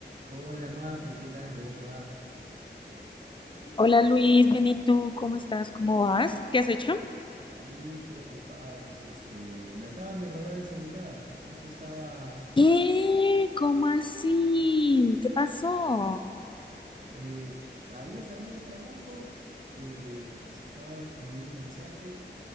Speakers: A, on the right (about 45°); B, on the left (about 25°).
A: Hola Maffer, ¿qué tal? ¿Cómo te va?
B: Hola Luis, bien, ¿y tú? ¿Cómo estás? ¿Cómo vas? ¿Qué has hecho?
A: Ahí preocupado, pues este, me acaban de robar el celular. Justo estaba,
B: ¿Qué? ¿Cómo así? ¿Qué pasó?
A: eh, había salido de trabajo, eh, pues estaba respondiendo un mensaje